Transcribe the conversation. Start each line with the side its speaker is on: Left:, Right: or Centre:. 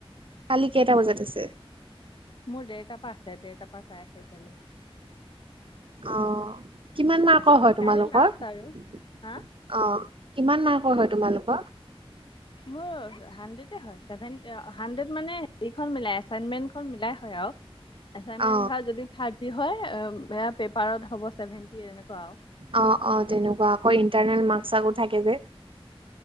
Right: কালি কেইটা বজাত আছে।
Left: মোৰ দেৰতাৰ পৰা আছে, দেৰতাৰ পৰা চাৰে চাৰিটা লৈ।
Right: অ', কিমান মাৰ্কৰ হয়
Left: কাইলৈ
Right: তোমালোকৰ।
Left: লাষ্ট
Right: অ',
Left: আৰু হা
Right: কিমান মাৰ্কৰ হয় তোমালোকৰ।
Left: মোৰ হাড্ৰেডে হয়, চেভেন হাড্ৰেড মানে, হেৰিখন মিলাই এছাইনমেণ্টখন মিলাই হয় আৰু। এছাইনমেণ্ট
Right: অ
Left: ধৰা যদি থাৰ্টি হয় অ', সেয়া পেপাৰত হ'ব ছেভেনটি, এনেকুৱা আৰু।
Right: অ', অ', তেনেকুৱা, আকৌ ইণ্টাৰনেল মাৰ্কচ আকৌ থাকে যে।